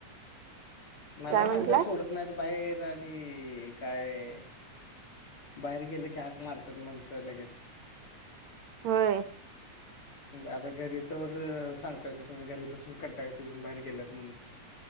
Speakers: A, on the left; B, on the right.
A: मला
B: काय म्हंटलाय
A: सांगता सोडत नाहीत बाहेर आणि ई हे काय बाहेर गेले की हाक मारतात म्हणत लगेच
B: होय
A: आता घरी तोवर सांगतायच तुम्ही घरी बसून कंटायते म्हून बाहेर गेल्यात म्हणून